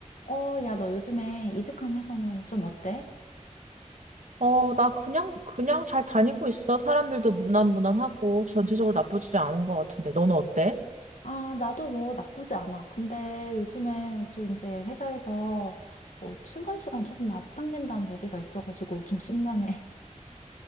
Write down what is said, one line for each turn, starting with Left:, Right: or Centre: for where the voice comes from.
Left: 어, 야, 너 요즘에 이직한 회사는 좀 어때?
Right: 어, 나 그냥, 그냥 잘 다니고 있어. 사람들도 무난무난하고 전체적으로 나쁘지 않은 것 같은데. 너는 어때?
Left: 아, 나도 뭐 나쁘지 않아. 근데 요즘에 좀 이제 회사에서 뭐 출근 시간 조금 앞당긴다는 얘기가 있어가지고 좀 심란해.